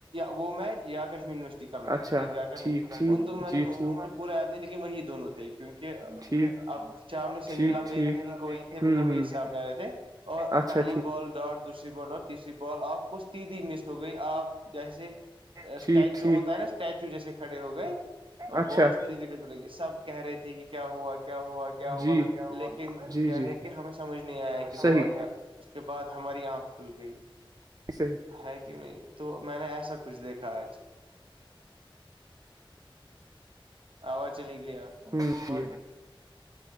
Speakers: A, on the right; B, on the right.
A: وہ میچ یا کشمیر یونیورسٹی کا میچ
B: اچھا
A: عیدگاہ کا
B: ٹھیک
A: نہیں
B: ٹھیک
A: ان
B: جی
A: وہ
B: ٹھیک
A: مجھے پورا یاد نہیں لیکن وہی دونوں تھے کیونکہ
B: ٹھیک
A: اب چامنے سمیلا
B: ٹھیک ٹھیک
A: بیگ تھے لن کو وہی تھے مجھے
B: ہوں
A: وہی
B: ہوں
A: سامنے آ رہے تھے اور
B: اچھا
A: پہلی بال ڈاٹ دوسری بال اور تیسری بال آپ کو سیدھی مس ہو گئی آپ جیسے اسٹیچو
B: ٹھیک ٹھیک ٹھیک
A: ہوتا ہے نا اسٹیچو جیسے کھڑے ہو گئے اور
B: اچھا
A: بالس بھی دےڑے گئے سب کہہ رہے تھے کہ کیا ہوا کیا ہوا کیا ہوا
B: جی
A: لیکن
B: جی
A: کیا
B: جی
A: ہے کہ ہم سمجھ نہیں آیا کہ
B: صحیح
A: ہوا کیا اس کے بعد ہماری آنکھ کھل گئی
B: ج صحیح
A: ہے کیوں نہیں تو میں نے ایسا کچھ دیکھا آج آواز چلی گیا
B: ہو